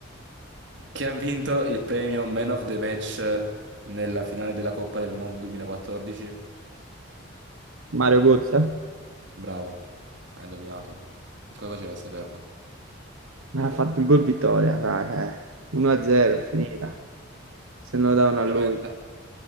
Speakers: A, on the right (about 60°); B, on the right (about 85°).
A: Chi ha vinto il premio Man of the Match nella finale della Coppa del Mondo 2014?
B: Mario Gozza
A: Bravo, hai indovinato. Come facevi a saperlo?
B: ha fatto il gol vittoria, dai, eh. 1 a 0, è finita. Se non lo davano a
A: Veramente.
B: lui.